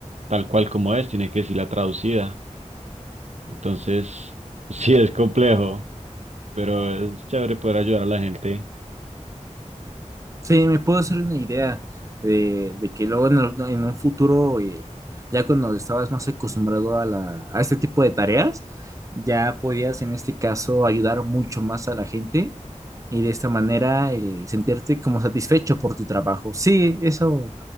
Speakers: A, on the right; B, on the right.
A: tal cual como es, tiene que decirla traducida. Entonces, <laughs> sí es complejo, pero es chévere poder ayudar a la gente.
B: Sí, me puedo hacer una idea de, de que luego en, el- en un futuro, eh, ya cuando estabas más acostumbrado a, la, a este tipo de tareas, ya podías en este caso ayudar mucho más a la gente y de esta manera el sentirte como satisfecho por tu trabajo. Sí, eso